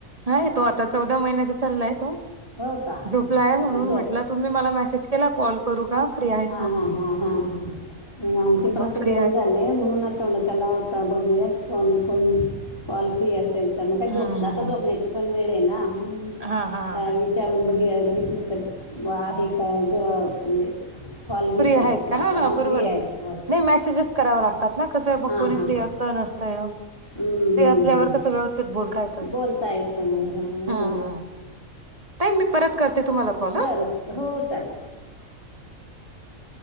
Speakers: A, on the right; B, on the left.
A: हय तो आता चौदा महिन्याचा चाललाय तो
B: हो का हां
A: झोपलाय
B: हां. म्हणजे
A: म्हणून
B: झोप
A: म्हटलं तुम्ही मला मेसेज केला कॉल करू का फ्री आहे.
B: हा हा हां हां हा आमचे पण
A: मग
B: असं
A: फ्री
B: जेवण.
A: आहेत
B: ले म्हणून आ तवडचालाव का बघूयात कोण कोण कॉल फ्री असेल. तर मग काय झोप
A: हा हा
B: आता झोपण्याची पण वेळ आहे ना म्हणूना.
A: हा हा हा
B: विचारून बघ बघितलं तर व आहे काय ज म्हणजे कॉल घेत
A: फ्री आहेत का हा
B: असं
A: हां बरोबर
B: फ्री आहेत
A: आहे
B: असं
A: नाही मेसेजेस कराव लागतात ना कसं
B: हां
A: कोणी
B: हां
A: फ्री
B: हां
A: अस. त
B: हं, हं,
A: असल्यावर
B: हं.
A: कस व्यव बोलता येत अस
B: बोलता येतं मग हां व्यवस्थित
A: हम्म नाही मी परत करते तुम्हाला कॉल
B: बरं
A: ह
B: हो चालेल चालेल